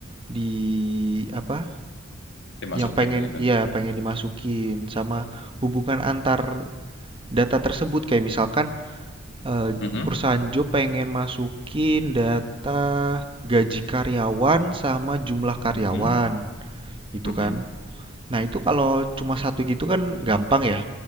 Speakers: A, on the right; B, on the left.
A: di apa,
B: dimasukin
A: yang pengen
B: gitu?
A: ya, pengen dimasukin sama hubungan antar data tersebut. Kayak misalkan, eee,
B: Mm-mm.
A: perusahaan job pengen masukin data gaji karyawan sama jumlah karyawan,
B: Mm-mm.
A: gitu
B: Mm-mm.
A: kan. Nah, itu kalau cuma satu gitu kan gampang ya,